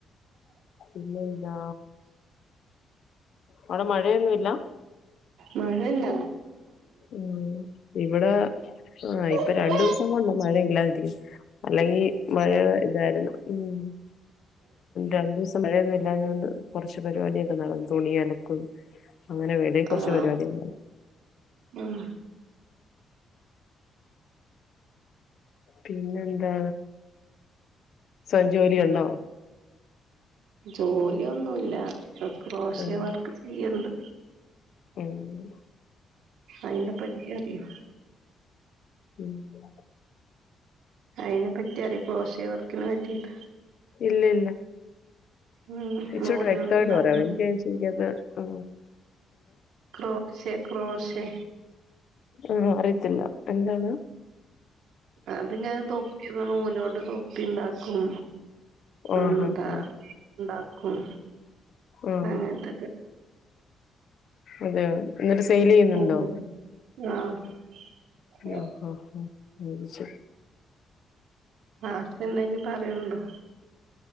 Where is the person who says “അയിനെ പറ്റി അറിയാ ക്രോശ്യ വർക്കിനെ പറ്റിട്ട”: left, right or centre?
Right